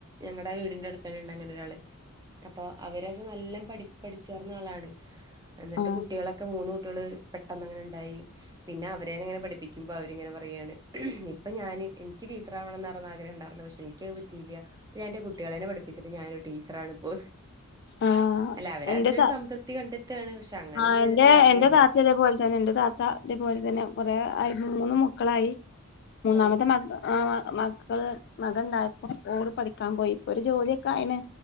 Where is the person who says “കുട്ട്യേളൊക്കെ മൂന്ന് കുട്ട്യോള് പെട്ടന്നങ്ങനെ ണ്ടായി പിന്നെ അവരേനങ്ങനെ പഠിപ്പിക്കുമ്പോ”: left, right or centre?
Right